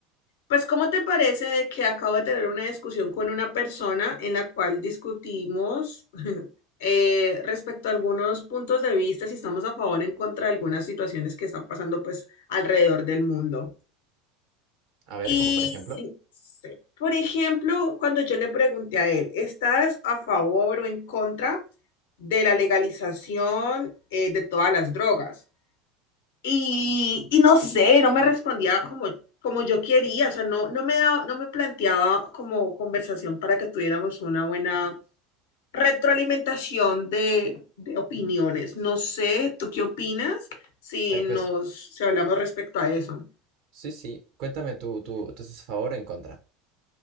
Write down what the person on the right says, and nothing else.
A
ver, como por ejemplo.
A ver,
pues,
sí, sí, cuéntame tú, tú, tú estás favor o en contra.